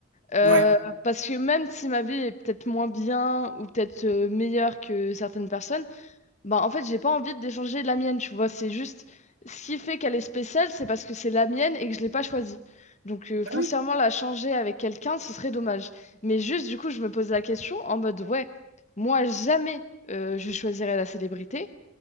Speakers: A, on the left; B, on the right.
A: Euh,
B: Ouais.
A: parce que même si ma vie est peut-être moins bien ou peut-être euh, meilleure que certaines personnes, Bah, en fait, j'ai pas envie de d'échanger la mienne, tu vois. C'est juste ce qui fait qu'elle est spéciale, c'est parce que c'est la mienne et que je l'ai pas choisie. Donc, euh, foncièrement,
B: Ah oui.
A: la changer avec quelqu'un, ce serait dommage. Mais juste, du coup, je me posais la question en mode, ouais, moi, jamais euh, je choisirais la célébrité.